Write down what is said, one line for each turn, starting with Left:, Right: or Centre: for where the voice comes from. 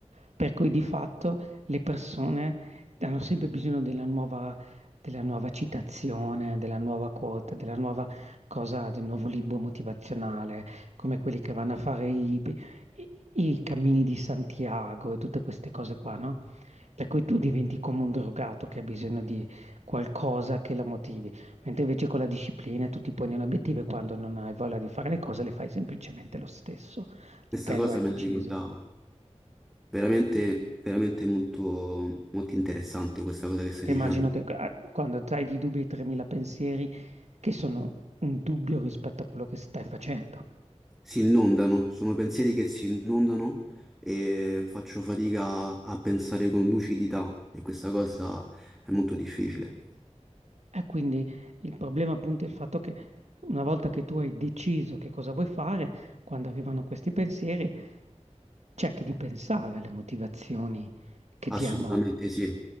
Right: per cui di fatto le persone hanno sempre bisogno della nuova, della nuova citazione, della nuova quote, della nuova cosa, del nuovo libro motivazionale, come quelli che vanno a fare i, i i cammini di Santiago e tutte queste cose qua, no? Per cui tu diventi come un drogato che ha bisogno di qualcosa che lo motivi, mentre invece con la disciplina tu ti poni un obiettivo e quando non hai voglia di fare le cose le fai semplicemente lo stesso,
Centre: Questa
Right: perché
Centre: cosa
Right: lo hai
Centre: me
Right: deciso.
Centre: la ricordavo. Veramente, veramente molto, molto interessante questa cosa che
Right: Perché
Centre: stai dicendo.
Right: immagino che eh, quando hai di dubbi e 3.000 pensieri, che sono un dubbio rispetto a quello che stai facendo.
Centre: Si inondano, sono pensieri che si inondano e faccio fatica a pensare con lucidità e questa cosa è molto difficile.
Right: E quindi il problema appunto è il fatto che una volta che tu hai deciso che cosa vuoi fare, quando arrivano questi pensieri, cerchi di pensare alle motivazioni che
Centre: Assolutamente
Right: ti hanno
Centre: sì,